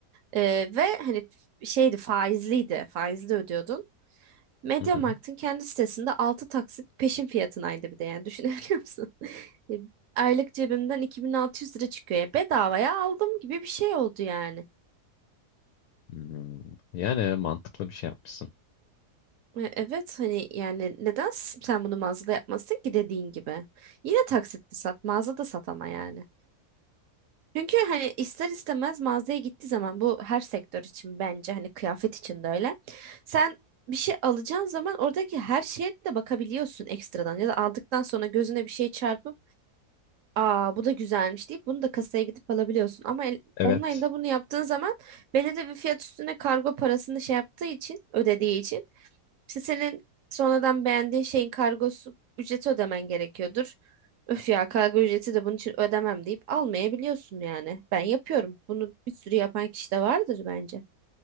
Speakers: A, on the right; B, on the left.
A: Ee, ve hani f- şeydi faizliydi. Faizli ödüyordun. MediaMarkt'ın
B: Hı hı.
A: kendi sitesinde 6 taksit peşin fiyatınaydı bir de yani düşünebiliyor musun? <laughs> E, Aylık cebimden 2600 lira çıkıyor. Ya bedavaya aldım gibi bir şey oldu yani.
B: Hmm, Yani mantıklı bir şey yapmışsınız.
A: E, Evet hani yani neden s- sen bunu mağazada yapmasın ki dediğin gibi. Yine taksitli sat mağazada sat ama yani. Çünkü hani ister istemez mağazaya gittiği zaman bu her sektör için bence hani kıyafet için de öyle. Sen bir şey alacağın zaman oradaki her şeye de bakabiliyorsun ekstradan ya da aldıktan sonra gözüne bir şey çarpıp aa bu da güzelmiş deyip bunu da kasaya gidip alabiliyorsun. Ama el-
B: Evet.
A: online'da bunu yaptığın zaman belirli bir fiyat üstüne kargo parasını şey yaptığı için ödediği için işte senin sonradan beğendiğin şeyin kargosu ücreti ödemen gerekiyordur. Öf ya kargo ücreti de bunun için ödemem deyip almayabiliyorsun yani. Ben yapıyorum. Bunu bir sürü yapan kişi de vardır bence.